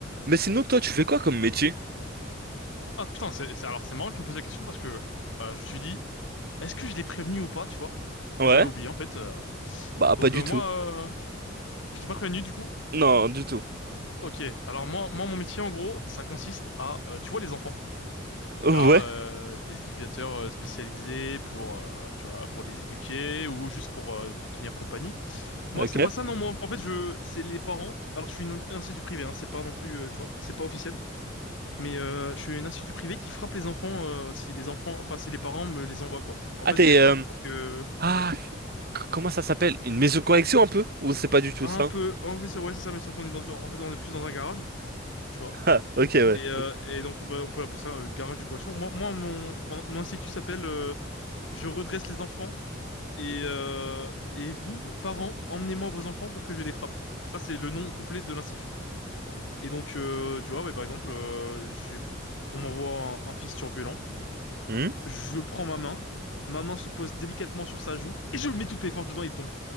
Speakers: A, on the right; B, on the left.
A: Mais sinon, toi, tu fais quoi comme métier?
B: Ah putain, c'est, c'est- alors c'est marrant que tu me poses la question parce que euh, je me suis dit, est-ce que je l'ai prévenu ou pas, tu vois?
A: Ouais?
B: J'avais oublié en fait. euh.
A: Bah, pas
B: Donc
A: du
B: euh, moi,
A: tout.
B: euh, je t'ai pas prévenu du coup.
A: Non, du tout.
B: Ok, alors moi, moi mon métier en gros, ça consiste à, euh, tu vois les enfants, il
A: Ouais,
B: y a euh, des éducateurs euh, spécialisés pour, euh, tu vois, pour les éduquer ou juste pour euh, tenir compagnie. Moi
A: ok.
B: c'est pas ça, non, moi en fait je, c'est les parents. Alors je suis une in- institut privé, hein, c'est pas non plus, euh, tu vois, c'est pas officiel. Mais euh, je suis un institut privé qui frappe les enfants euh, si les enfants, enfin si les parents me les envoient quoi. En
A: Ah,
B: fait,
A: t'es...
B: je les frappe
A: euh,
B: pour que
A: Ah, c- comment ça s'appelle? Une maison de correction un peu? Ou c'est pas du tout
B: un
A: ça?
B: peu. En fait, c'est- ouais, c'est ça. Mais sauf qu'on est dans, en fait, on est plus dans un garage, tu vois.
A: Ah, ok, ouais.
B: Et, euh, et donc, bah, on peut appeler ça euh, garage de correction. Moi, moi, mon, mon, mon institut s'appelle euh, Je redresse les enfants et euh, et vous, parents, emmenez-moi vos enfants pour que je les frappe. Ça, c'est le nom complet de l'institut. Et donc, euh, tu vois, ouais, par exemple, euh, j'ai, on m'envoie un, un fils turbulent.
A: Hmm
B: Je prends ma main, ma main se pose délicatement sur sa joue, et je mets toutes mes forces dedans, et il tombe.